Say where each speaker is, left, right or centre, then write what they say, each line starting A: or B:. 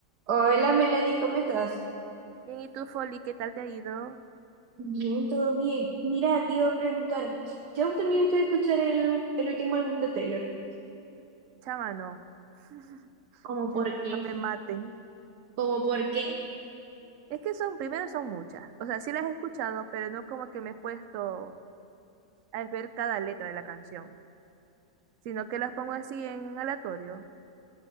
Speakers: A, on the right; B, on the right.
A: Hola Melody, ¿cómo estás?
B: Bien, ¿y tú, Folly, qué tal te ha ido?
A: Bien, todo bien. Mira, te iba a preguntar, ¿ya vos terminaste de escuchar el, el último álbum de Taylor?
B: Chama, no, <laughs>
A: ¿Cómo por qué?
B: no me maten.
A: ¿Cómo por qué?
B: Es que son, primero son muchas. O sea, sí las he escuchado, pero no como que me he puesto a ver cada letra de la canción, sino que las pongo así en aleatorio.